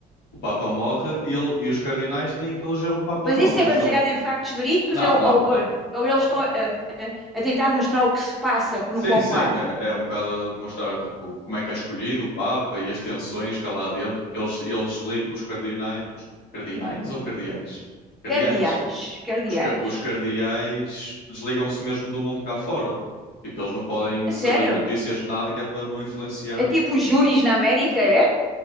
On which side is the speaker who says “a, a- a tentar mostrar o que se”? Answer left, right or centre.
Centre